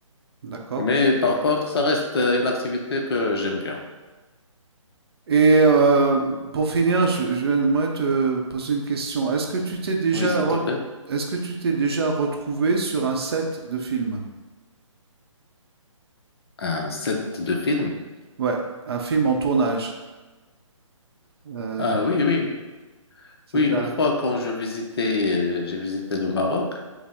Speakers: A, on the right; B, on the left.
A: D'accord.
B: Mais par contre, ça reste euh, une activité que j'aime bien.
A: Et heu, pour finir, je je vais moi te poser une question. Est-ce que tu t'es déjà
B: Oui, s'il
A: re
B: te plaît.
A: est-ce que tu t'es déjà retrouvé sur un set de film?
B: Un set de films.
A: Ouais, un film en tournage, heu,
B: Ah oui, oui.
A: ça
B: Oui,
A: t'est
B: une
A: arrivé
B: fois quand je visitais, euh, j'ai visité le Maroc,